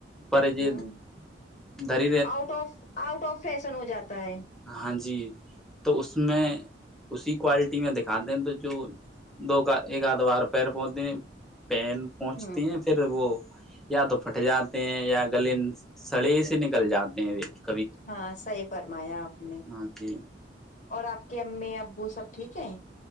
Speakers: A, in the centre; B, on the left (about 45°).
A: پ ج
B: ہ
A: د <inaudible>
B: out of out of fashion ہو جاتا ہے
A: ہاں جی تو اس میں اسی کوالٹی میں دکھاتے ہیں تو جو دو کا ایک آدوار پیر پودے ہیں پین پہنچتے
B: ہوں
A: ہیں پھر وہ یا تو پھٹ جاتے ہیں یا گل سڑی سے نکل کل جاتے ہیں و
B: ہاں صحیح فرمایا آپ
A: ہاں جی
B: اور آپ کی امی ابو سب ٹھیک ہے